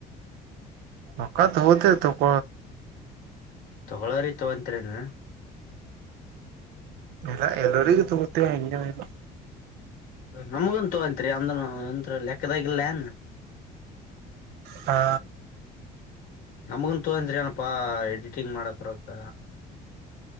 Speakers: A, on the right (about 80°); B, on the left (about 60°).
A: ನಕ ತ ಹದ ತಪ್ಪ
B: ತಗೊಳೋರಿ ತ ಅತ್ರಿನು
A: ಇಲ್ಲ ಎಲ್ಲರಿಗೂ
B: ಅ
A: ತಗೋತೀವಿ ಹಂಗೇನಿಲ್ಲ
B: ನಮಗಂತು ಆಯಂತ ಅ ಅಂತ ಲೆಕ್ಕದ ಇಲ್ಲಯನ್
A: ಹಾ
B: ನಮಗನ್ ತೋಂತ್ರರಿ ಏನಪ್ಪಾ ಎಡಿಟಿಂಗ್ ಮಾಡಕ್ರತ